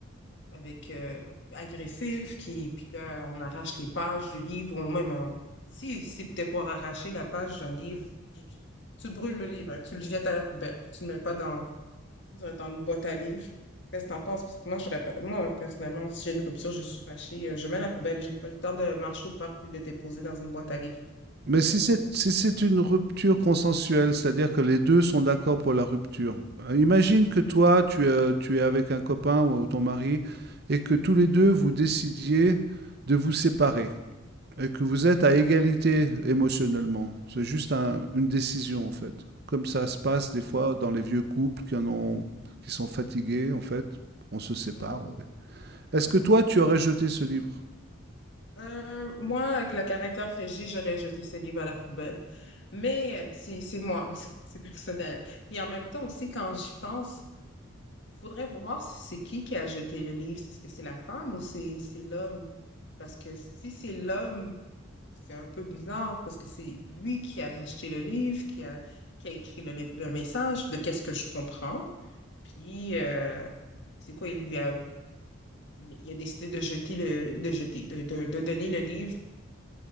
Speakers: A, on the left; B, on the right.
A: avec euh, agressif qui puis là on arrache les pages du livre ou même on- si c'est peut-être pour arracher la page d'un livre, tu, tu- tu brûles le livre, hein, tu le jettes à la poubelle, tu le mets pas dans, dans dans une boîte à livres. Qu'est-ce que t'en penses? Parce que moi, j'aurais pas- moi, personnellement, si j'ai une rupture, je suis fâchée, euh, je mets à la poubelle, j'ai pas le temps de marcher au parc pour le déposer dans une boîte à livres.
B: Mais si
A: Mm, mm.
B: c'est si c'est une rupture consensuelle, c'est-à-dire que les 2 sont d'accord pour la rupture. Heu, imagine que toi, tu, heu, tu es avec un copain ou ton mari et que tous les 2 vous décidiez de vous séparer et que vous êtes
A: Oui.
B: à égalité émotionnellement. C'est juste un une décision, en fait. Comme ça se passe des
A: Mhm.
B: fois dans les vieux couples qui en ont qui sont fatigués, en fait. On se sépare,
A: Oui. oui.
B: OK. Est-ce
A: Mhm.
B: que toi, tu aurais jeté ce livre?
A: Euh, moi, avec le caractère que j'ai, j'aurais jeté ce livre à la poubelle. Mais euh, c'est c'est moi, <laughs> c'est c'est personnel. Et en même temps aussi, quand j'y pense, il faudrait voir si c'est qui qui a jeté le livre. C'est ce que c'est la femme ou c'est c'est l'homme? Parce que si c'est l'homme, C'est un peu bizarre parce que c'est lui qui a acheté le livre, qui a, qui a écrit le, le message de qu'est-ce que je comprends. Puis, euh, c'est quoi, il lui a, il a décidé de jeter le, de jeter, de, de, de donner le livre